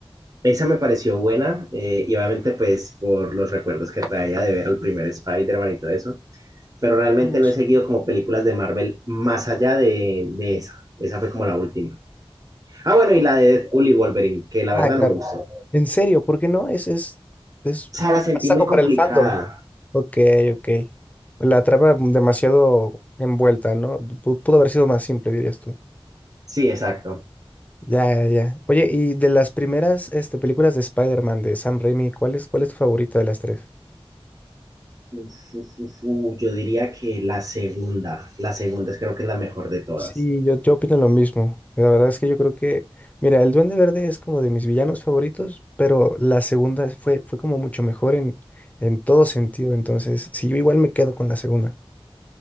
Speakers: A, on the right; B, on the left.
A: Esa me pareció buena eh, y obviamente pues por los recuerdos que traía de ver al primer Spider-Man y todo eso. Pero realmente
B: Uh,
A: no
B: sí.
A: he seguido como películas de Marvel más allá de, de esa. Esa fue como la última. Ah, bueno, y la de Deadpool y Wolverine, que la
B: Ah,
A: verdad
B: claro.
A: no me gustó.
B: En serio, ¿por qué no? Es, es, es
A: sea,
B: un
A: la sentí
B: pasaje
A: muy complicada.
B: para el fandom. Ok, ok. La trama demasiado envuelta, ¿no? Pu- Pudo haber sido más simple, dirías tú.
A: Sí, exacto.
B: Ya, ya. ya. Oye, y de las primeras este, películas de Spider-Man de Sam Raimi, ¿cuál es, cuál es tu favorita de las tres?
A: Uf, uf, uf, uf, Yo diría que la segunda, la segunda es creo que es la mejor de todas.
B: Sí, yo, yo opino lo mismo. La verdad es que yo creo que, mira, el Duende Verde es como de mis villanos favoritos, pero la segunda fue, fue como mucho mejor en, en todo sentido. Entonces, si yo igual me quedo con la segunda.